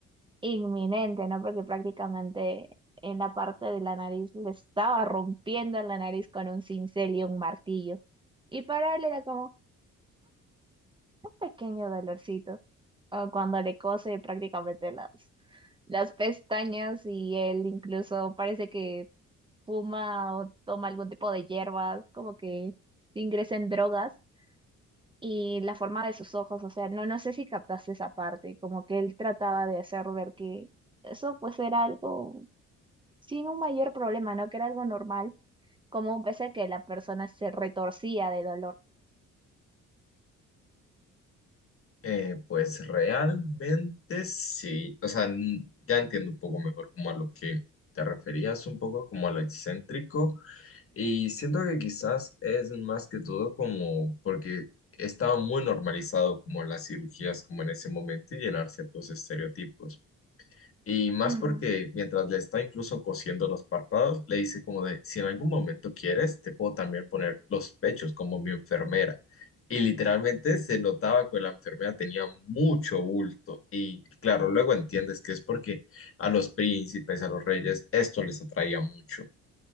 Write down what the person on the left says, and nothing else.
Eh, pues realmente sí, o sea, n- ya entiendo un poco mejor como a lo que te referías, un poco como a lo excéntrico, y siento que quizás es más que todo como porque estaba muy normalizado como las cirugías como en ese momento y llenar ciertos estereotipos. Y más
porque mientras le está incluso cosiendo los párpados, le dice como de, si en algún momento quieres, te puedo también poner los pechos como mi enfermera. Y literalmente se notaba que la enfermera tenía mucho bulto. Y claro, luego entiendes que es porque a los príncipes, a los reyes, esto les atraía mucho.